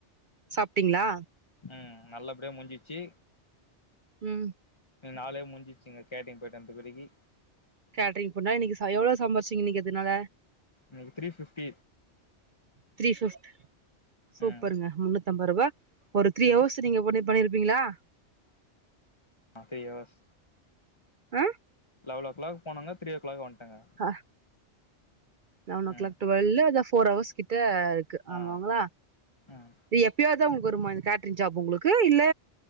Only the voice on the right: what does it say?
சாப்ட்டீங்ளா
ம்
கேட்ரிங் போனா இன்னிக்கி ச எவ்ளோ சம்பார்ச்சிங்க இன்னிக்கி அதுனால
த்ரீ ஃபிஃப் சூப்பருங்க
முன்னூத் தம்பரூபா ஒரு த்ரீ
ஹவர்ஸ் நீங்க பண்ணி பண்ணிருப்பீங்ளா
ஆ
ஹ லெவனோ ஓ
க்ளாக் டுவெல்லு அதா ஃபோர் ஹவர்ஸ் கிட்ட க்கு ஆமாங்ளா
இது எப்பியாவத்தா உங்ளுக்கு வருமா கேட்ரிங் ஜாப் உங்ளுக்கு இல்ல